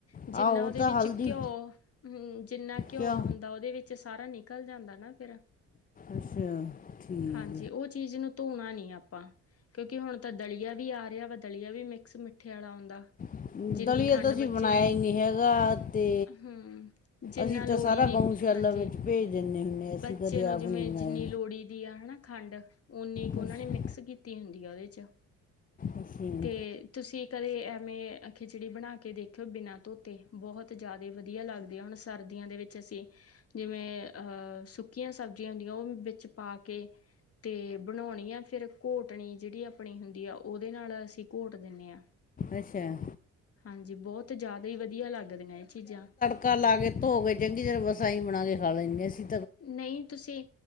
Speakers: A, on the left; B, on the left.
A: ਜਿੰਨਾ
B: ਆਹ ਉਹ
A: ਉਹਦੇ
B: ਤਾਂ
A: ਵਿੱਚ
B: ਹਲਦੀ
A: ਘਿਓ ਹਮ ਜਿੰਨਾ ਘਿਓ
B: ਕਿਆ
A: ਹੁੰਦਾ ਉਹਦੇ ਵਿੱਚ ਸਾਰਾ ਨਿਕਲ ਜਾਂਦਾ ਨਾ ਫਿਰ
B: ਅੱਛਾ ਠੀਕ
A: ਹਾਂਜੀ, ਉਹ ਚੀਜ਼ ਨੂੰ ਧੋਣਾ ਨੀ ਆਪਾਂ ਕਿਉਂਕਿ ਹੁਣ ਤਾਂ ਦਲੀਆ ਵੀ ਆ ਰਿਹਾ ਵਾ ਦਲੀਆ ਵੀ ਮਿਕਸ ਮਿੱਠੇ ਵਾਲਾ ਆਉਦਾ
B: ਹੈ।
A: ਜਿਨੀ
B: ਦਲੀਆ
A: ਖੰਡ
B: ਤਾਂ ਅਸੀਂ
A: ਬੱਚੇ
B: ਬਣਾਇਆ
A: ਨੂੰ
B: ਹੀ ਨਹੀਂ ਹੈਗਾ ਤੇ
A: ਹਮ ਜਿਨਾ
B: ਅਸੀਂ
A: ਲੋਹੜੀ
B: ਤਾਂ ਸਾਰਾ
A: ਦੀ
B: ਗਊਸ਼ਾਲਾ
A: ਹਾਂਜੀ
B: ਵਿੱਚ ਭੇਜ ਦਿੰਨੇ ਹੁੰਨੇ ਆ, ਅਸੀਂ
A: ਬੱਚੇ
B: ਕਦੇ
A: ਨੂੰ
B: ਆਪ
A: ਜਿਵੇ
B: ਨਹੀਂ ਬਣਾਇਆ
A: ਜਿਨੀ ਲੋਹੜੀ ਦੀ ਆ ਹਨਾ ਖੰਡ ਉਨੀ ਕੁ
B: ਅੱਛਾ
A: ਉਹਨਾਂ ਨੇ ਮਿਕਸ ਕੀਤੀ ਹੁਦੀ ਆ ਉਹਦੇ 'ਚ-
B: ਅੱਛਾ
A: ਅਤੇ- ਤੁਸੀ ਕਦੇ ਐਵੇਂ ਖਿਚੜੀ ਬਣਾ ਕੇ ਦੇਖਿਓ ਬਿਨਾ ਧੋਤੇ ਬਹੁਤ ਜ਼ਿਆਦਾ ਵਧੀਆ ਲੱਗਦੇ ਆ ਹੁਣ ਸਰਦੀਆਂ ਦੇ ਵਿਚ ਅਸੀ- ਜਿਵੇ ਸੁੱਕੀਆਂ ਸਬਜ਼ੀਆਂ ਹੁਦੀਆਂ ਉਹ ਵਿਚ ਪਾ ਕੇ ਤੇ ਬਣਾਉਣੀ ਆ ਫਿਰ ਘੋਟਣੀ ਜਿਹੜੀ ਆਪਣੀ ਹੁਦੀ ਆ ਉਹਦੇ ਨਾਲ ਅਸੀ ਘੋਟ ਦਿਦੇ ਹਾਂ
B: ਅਛਾ-
A: ਹਾਂਜੀ ਬਹੁਤ ਜ਼ਿਆਦਾ ਹੀ ਵਧੀਆ ਲਗਦੇ ਨੇ ਇਹ ਚੀਜਾ
B: ਕਲ ਆ ਕੇ ਧੋ ਕੇ ਚੰਗੀ ਤਰ ਬਸਾਈ ਬਣਾ ਕੇ ਖਾ ਲੈਦੇ ਹ ਸੀ।
A: ਨਹੀ ਤੁਸੀ